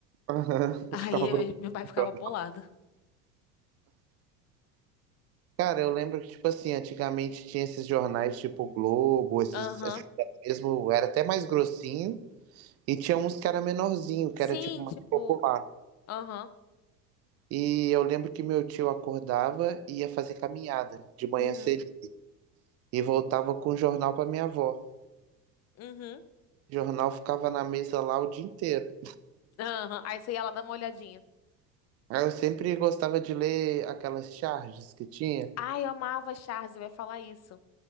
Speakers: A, on the right (about 30°); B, on the left (about 30°).
A: Aham. <laughs>
B: <laughs> Aí
A: Eu Ficava procurando.
B: eu- meu pai ficava bolado.
A: Cara, eu lembro que, tipo assim, antigamente tinha esses jornais tipo Globo, esses,
B: Aham.
A: esses mesmo, era até mais grossinho, e tinha uns que era menorzinho, que
B: Sim,
A: era tipo mais
B: tipo,
A: popular.
B: aham.
A: E eu lembro que meu tio acordava e ia fazer caminhada de manhã
B: Uhum.
A: cedo. E voltava com o jornal pra minha avó.
B: Uhum.
A: O jornal ficava na mesa lá o dia inteiro.
B: Aham. Aí você ia lá dar uma olhadinha.
A: Ah, Eu sempre gostava de ler aquelas charges que tinha.
B: Ai, eu amava a Charge, eu ia falar isso.